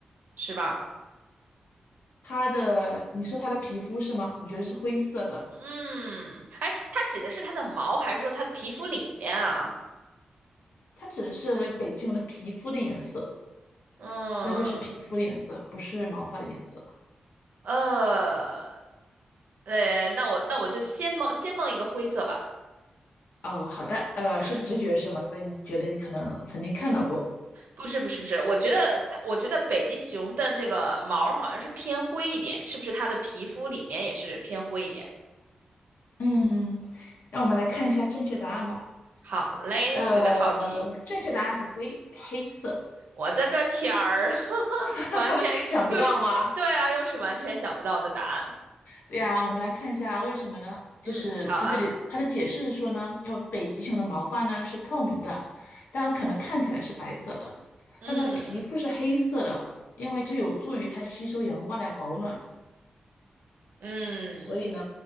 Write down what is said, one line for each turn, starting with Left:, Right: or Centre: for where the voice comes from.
Right: 是吧？
Left: 它的，你说它的皮肤是吗？你觉得是灰色的？
Right: 嗯，哎，它指的是它的毛，还是说它的皮肤里面啊？
Left: 它指的是北极熊的皮肤的颜色。
Right: 嗯，
Left: 它就是皮肤的颜色，不是毛发的颜色。
Right: 呃，呃，那我那我就先蒙先蒙一个灰色吧。
Left: 哦，好的，呃，
Right: 嗯，
Left: 是直觉是吗？所以你觉得你可能曾经看到过。
Right: 不是不是不是，我觉得它，我觉得北极熊的这个毛儿好像是偏灰一点，是不是它的皮肤里面也是偏灰一点？
Left: 嗯，让我们来看一下正确答案吧。
Right: 好嘞，
Left: 呃，
Right: 有点好奇。
Left: 正确答案是 C，黑色。
Right: 我的个天儿，<laughs>
Left: <laughs> 哈哈，
Right: 完全又是，
Left: 想不到吧？
Right: 对啊，又是完全想不到的答案。
Left: 对呀，我们来看一下为什么呢？就是它这里它的解释是说呢，
Right: 嗯，好啊，
Left: 因为北极熊的毛发呢是透明的，当然可能看起来是白色的，
Right: 嗯
Left: 但它的皮肤是黑色的，因为这有助于它吸收阳光来保暖，
Right: 嗯，
Left: 所以呢